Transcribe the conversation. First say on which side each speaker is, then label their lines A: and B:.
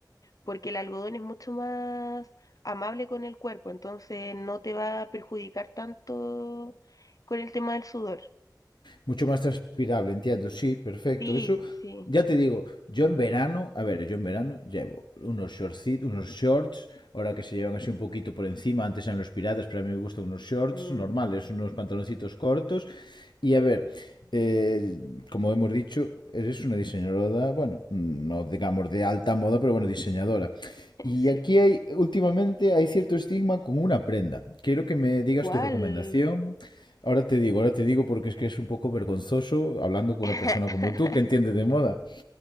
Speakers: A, on the left; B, on the left.
A: porque el algodón es mucho más amable con el cuerpo, entonces no te va a perjudicar tanto con el tema del sudor.
B: Mucho más transpirable, entiendo. Sí, perfecto.
A: Sí,
B: Eso,
A: sí.
B: ya te digo, yo en verano, a ver, yo en verano llevo unos shortcitos, unos shorts, ahora que se llevan así un poquito por encima, antes eran los piratas, pero a mí me gustan unos shorts
A: Mm.
B: normales, unos pantaloncitos cortos. Y a ver, eh, como hemos dicho, eres una diseñadora, bueno, no digamos de alta moda, pero bueno, diseñadora. Y
A: Sí.
B: aquí hay, últimamente hay cierto estigma con una prenda. Quiero que me digas
A: ¿Cuál?
B: tu recomendación. Ahora te digo, ahora te digo porque es que es un poco vergonzoso hablando con
A: <laughs>
B: una persona como tú que entiende de moda.